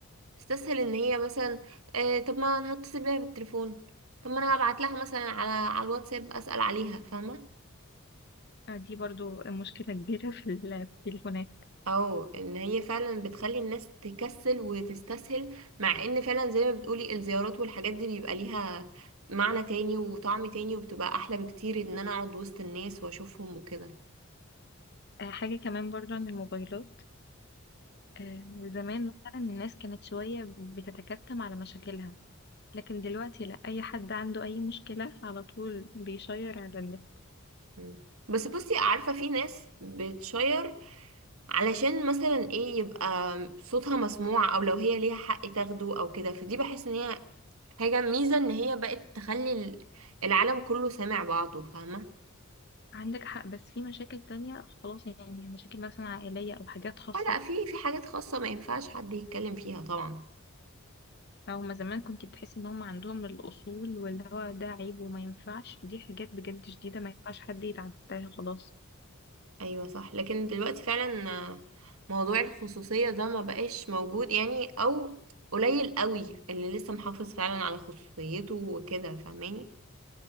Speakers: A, on the right; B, on the left.
A: تستسهل ان هي مثلا آه طب ما انا هتصل بيها بالتليفون طب ما انا هبعت لها مثلا على على الواتساب اسأل عليها فاهمة
B: آه، دي برضو مشكلة كبيرة في ال- في التليفونات
A: او ان هي فعلا بتخلي الناس تكسل وتستسهل مع ان فعلا زي ما بتقولي الزيارات والحاجات دي بيبقى ليها معنى تاني وطعم تاني وبتبقى احلى بكتير ان انا اقعد وسط الناس واشوفهم وكده
B: آه، حاجة كمان برضو عن الموبايلات آه، زمان مثلا الناس كانت شوية بتتكتم على مشاكلها لكن دلوقتي لا أي حد عنده أي مشكلة على طول بيشير على النت
A: مم. بس بصي عارفة في ناس بتشير علشان مثلا ايه يبقى صوتها مسموع او لو هي ليها حق تاخده او كده فدي بحس ان هي حاجة ميزة ان هي بقت تخلي ال- العالم كله سامع بعضه فاهمة
B: عندك حق بس في مشاكل تانية خلاص يعني مشاكل مثلا عائلية أو حاجات خاصة
A: اه لا في في حاجات خاصة ما ينفعش حد يتكلم فيها طبعا
B: هما زمان كنت بتحسي ان هما عندهم الاصول واللي هو ده عيب وما ينفعش دي حاجات بجد شديدة ما ينفعش حد يتعداها خلاص
A: ايوه صح لكن دلوقتي فعلا آه، موضوع الخصوصية ده ما بقاش موجود يعني او قليل قوي اللي لسه محافظ فعلا على خصوصيته وكده فاهماني